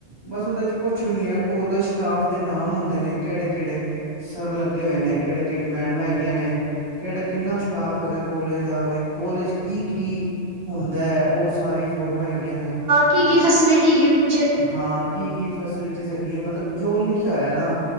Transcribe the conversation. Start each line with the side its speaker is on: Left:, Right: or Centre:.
Left: ਬਸ ਉਹਦੇ ਚ ਕੁਛ ਵੀ ਨੀ ਆ, ਕੋਲੇਜ ਸਟਾਫ ਦੇ ਨਾਮ ਹੁੰਦੇ ਨੇ ਕਿਹੜੇ-ਕਿਹੜੇ ਸਰ ਲੱਗੇ ਹੋਏ ਨੇ, ਕਿਹੜੇ ਕਿਹੜੀ ਮੈਡਮਾਂ ਹੈਗੀਆਂ ਨੇ, ਕਿਹੜਾ ਕਿੰਨਾ ਸਟਾਫ ਹੈਗਾ ਕੋਲਜ ਦਾ ਬਈ। ਕੋਲੇਜ ਕੀ-ਕੀ ਹੁੰਦਾ, ਉਹ ਸਾਰੀ ਫੋਟੋਆਂ ਹੈਗੀਆਂ ਨੇ।
Right: ਕੀ-ਕੀ ਫੈਸਿਲਿਟੀ ਯੂਜ
Left: ਹਾਂ, ਕੀ-ਕੀ ਫੈਸੀਲਿਟੀਜ਼ ਹੈਗੀ ਆ, ਮਤਲਬ ਜੋ ਲਿਖਿਆ ਹੋਇਆ ਨਾ